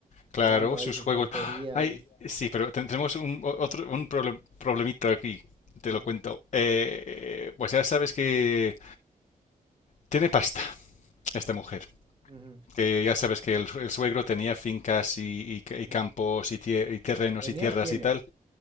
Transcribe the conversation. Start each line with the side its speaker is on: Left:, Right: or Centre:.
Right: hablando
Left: claro, sus
Right: ahí sus
Left: juegos.
Right: tonterías.
Left: ¡Ah! Ay, sí, pero tendremos un, o- otro, un problem- problemita aquí. Te
Right: Mm.
Left: lo cuento. Eh, pues ya sabes que... Tiene pasta esta mujer.
Right: Ujú,
Left: Que ya sabes que el, el suegro tenía fincas y, y-
Right: ujú.
Left: y campos y, tie- y terrenos
Right: ¿Tenía
Left: y tierras
Right: o tiene?
Left: y tal.